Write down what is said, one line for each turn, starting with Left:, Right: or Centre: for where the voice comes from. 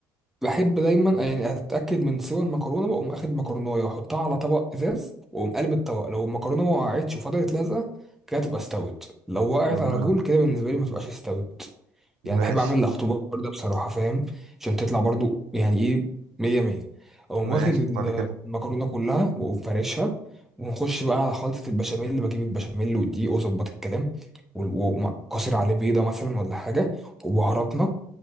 Centre: بحب دايما يعني اتاكد من سوى المكرونه واقوم اخد مكرونه واحطها على طبق ازاز واقوم قلب الطبق لو المكرونه ما وقعتش وفضلت لازقه كده تبقى استوت لو وقعت
Right: تمام
Centre: على طول كده بالنسبه لي ما تبقاش استوت
Right: ماشي
Centre: يعني بحب اعمل الاختبار ده بصراحه فاهم عشان تطلع برضو يعني ايه مية مية اقوم
Right: ماشي
Centre: واخد ال-
Right: وبعد كده
Centre: المكرونه كلها واقوم فارشها ونخش بقى على خلطه البشاميل اللي بجيب البشاميل والدقيق واظبط الكلام وقاسر عليه بيضه مثلا ولا حاجه وبهاراتنا